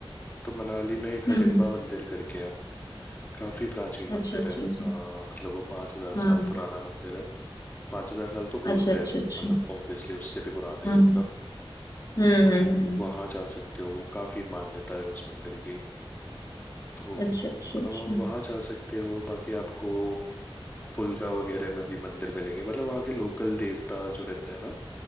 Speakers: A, on the left; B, on the left.
A: तो मनाली में एक
B: हम्म
A: हडिम्बा मंदिर करके है काफी प्राचीन मंदिर
B: अच्छा अच्छा
A: है
B: अच्छा
A: हाँ मतलब वो पांच हजार
B: हाँ
A: साल पुराना मंदिर है पांच हजार साल तो बोलते
B: अच्छा अच्छा
A: हैं
B: अच्छा
A: मतलब ऑब्वियसली उससे भी पुराना
B: हाँ
A: ही होगा
B: हम्म हम्म
A: तो
B: हम्म,
A: वहां जा सकते हो काफी मान्यता है उस मंदिर की तो
B: अच्छा अच्छा अच्छा
A: हाँ वहाँ जा सकते हो बाकी आपको पुलका वगैरह में भी मंदिर मिलेंगे मतलब वहाँ के लोकल देवता जो रहते हैं ना